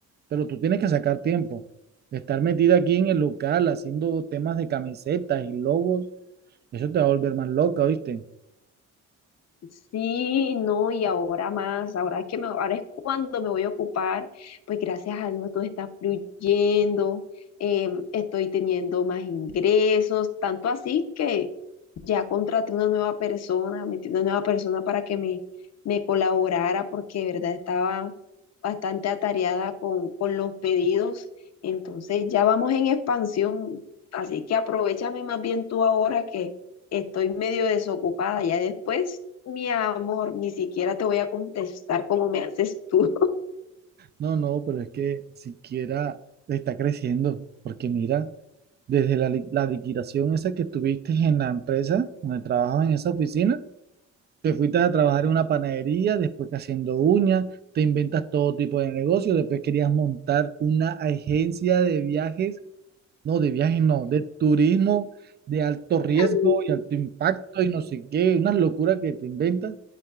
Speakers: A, on the right; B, on the left.
A: Pero tú tienes que sacar tiempo. Estar metida aquí en el local haciendo temas de camisetas y logos, eso te va a volver más loca, ¿viste?
B: Sí, no, y ahora más, ahora es que me, ahora es cuando me voy a ocupar, pues gracias a Dios todo está fluyendo, eh, estoy teniendo más ingresos, tanto así que ya contraté una nueva persona, metí una nueva persona para que me, me colaborara, porque de verdad estaba bastante atareada con, con los pedidos, entonces ya vamos en expansión, así que aprovechame más bien tú ahora que estoy medio desocupada, ya después, mi amor, ni siquiera te voy a contestar como me haces tú.
A: No, no, pero es que siquiera está creciendo, porque mira, desde la, li- la liquidación esa que tuviste en la empresa, donde trabajabas en esa oficina, te fuiste a trabajar en una panadería, después que haciendo uñas, te inventas todo tipo de negocio, después querías montar una agencia de viajes, no, de viajes no, de turismo de alto riesgo
B: <laughs>
A: y alto impacto y no sé qué, una locura que te inventas.